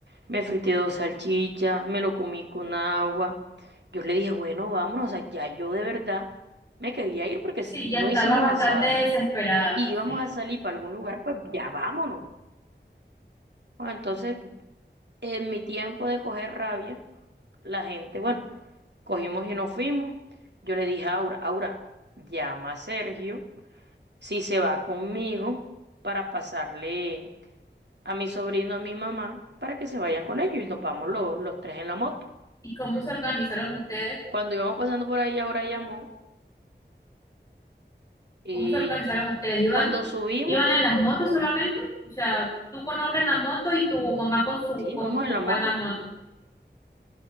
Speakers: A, on the right (about 70°); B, on the left (about 20°).
A: me frité dos salchichas, me lo comí con agua. Yo le dije, bueno, vámonos, o sea, ya yo de verdad me quería ir porque
B: Sí,
A: si no
B: ya estaba
A: hicimos
B: bastante
A: asado.
B: desesperada.
A: y íbamos
B: sí.
A: a salir para algún lugar, pues ya vámonos. Bueno, entonces, en mi tiempo de coger rabia, la gente, bueno, cogimos y nos fuimos. Yo le dije a Aura, Aura, llama a Sergio si se va conmigo para pasarle a mi sobrino, a mi mamá, para que se vayan con ellos y nos vamos los, los tres en la moto.
B: ¿Y cómo se organizaron ustedes?
A: Cuando íbamos pasando por ahí, Aura llamó y
B: ¿Cómo se organizaron ustedes? ¿Iban,
A: cuando subimos,
B: iban en las motos solamente? O sea, tú con Aura en la moto y tu mamá con su,
A: sí,
B: con
A: vamos
B: tu
A: en
B: papá
A: la moto.
B: en la moto.